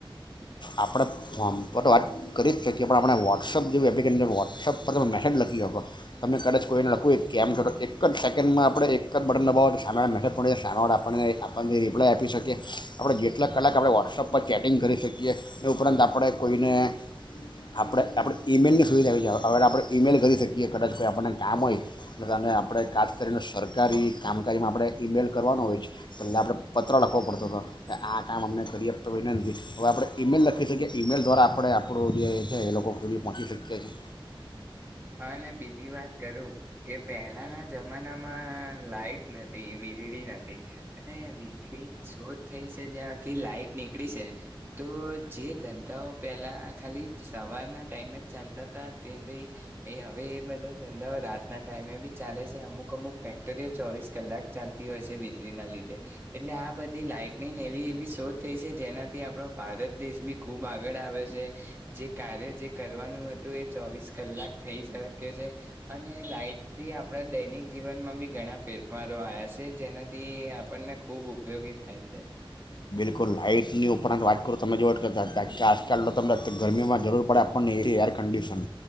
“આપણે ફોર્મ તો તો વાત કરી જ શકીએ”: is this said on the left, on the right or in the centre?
Left